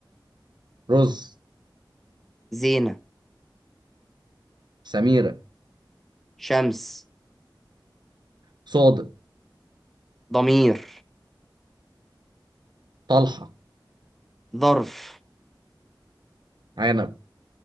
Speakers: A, on the right (about 60°); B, in the centre.
A: رز
B: زينة
A: سميرة
B: شمس
A: صادق
B: ضمير
A: طلحة
B: ظرف
A: عنب